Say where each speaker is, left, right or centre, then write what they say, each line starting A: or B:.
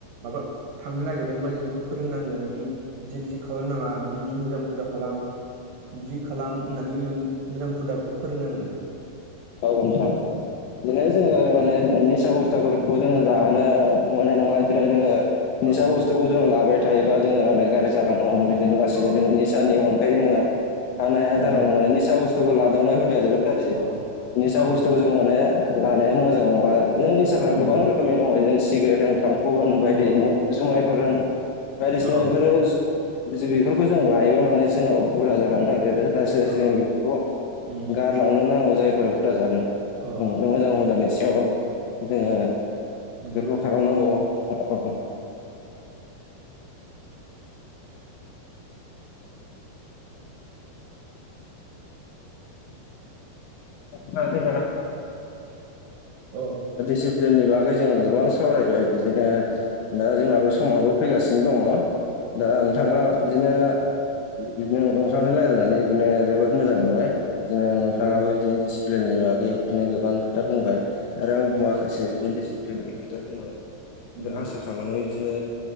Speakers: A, on the right (about 70°); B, on the left (about 80°).
A: माबा थांनो नागिरदोंबा जोंखौ फोरोंनांगोन जि बिदि बिदि खालामनााङा बिदि बिदि मोजां बुरजा खालाम बिदि खालाम होननानै जों मोजां फुदाबखौ फोरोंनांगोन।
B: औ नोंथां बिदिनो जोङो
A: उम
B: माने निसा बस्थाफोर ङ जानो अने नङा जोंओ निसा
A: अ
B: बुस्थुखौ
A: नंगौ
B: जों लाबाय थायोबा जोङो माने गाजि जालांनो हमबाय बिदिनो लासैनो
A: अ
B: जोङो निसानि अनगायै जोङो थानो हाया
A: उम
B: जालाङो मान निसा बुस्थुखौ लादावनाय हुदाया जोबोद गाज्रि।
A: अ
B: निसा बुस्थुखौ
A: अ नंगौ
B: जों माने लानाया मोजां नङा जों निसाफ्रा
A: उम
B: गोबां रोखोम रोखोम दङ जेरै सिगारेट होन थांखु होन बायदि
A: अ
B: जुमायफोर होन बायदिसिना
A: अ
B: बेफोरो बेफोरखौ जों लायोबा माने जोंनाव हुदा जालांनो नागिरो। लासै लासै
A: अ
B: जों बेफोरखौ
A: उम
B: गारलांनो नांगौ जायफोरा खोदा जादों
A: अ
B: मोजां हुदानि सायाव जोङो
A: नंगौ
B: बेफोरखौ
A: नोंथां
B: खालामनांगौ। अ औ औ बिदि
A: अ
B: <unintelligible> <inaudible> जोंनि बागै जों गोबां सावरायबाय बिदिनो दा जोंनाबो समाबो
A: अ
B: फैगासिनो
A: अ
B: दङ दा नोंथाङा
A: उम
B: बिदिनो बिदिनो <unintelligible> अओसांजों राय्लायनानै बिदिनो जोबोद मोजां
A: अ
B: मोनबाय बिदिनो नोंथाङाबो
A: औ
B: बिदिनो दिसिप्लिननि बागै बिदिनो गोबां खोथा
A: उम
B: बुंबाय आरो
A: उम
B: आं बुयाखै। गाै बिनो दिसिप्लिननि खोथा बुंबाय
A: उम
B: आरो आसा खालामो बिदिनो